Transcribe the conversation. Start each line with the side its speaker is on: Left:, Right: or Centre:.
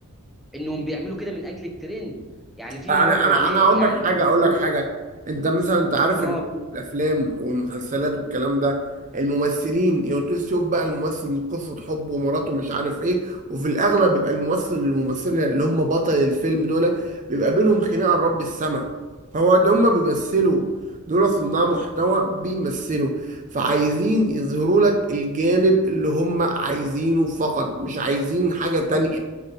Centre: انهم بيعملوا كده من اجل الترند يعني في
Right: يعني
Centre: مره
Right: انا
Centre: انا
Right: انا اقول
Centre: يعني
Right: لك حاجه
Centre: شفتين
Right: اقول لك حاجه انت مثلا انت عارف
Centre: اه
Right: ان الافلام والمسلسلات والكلام ده الممثلين يقعدوا تشوف بقى الممثل من قصه حبه ومراته مش عارف ايه وفي الاغلب بيبقى الممثل الممثله اللي هم بطل الفيلم دول بيبقى بينهم خناقه لرب السما هو ده هم بيمثلوا دول صناع محتوى بيمثلوا فعايزين يظهروا لك الجانب اللي هم عايزينه فقط مش عايزين حاجه تانية
Centre: بس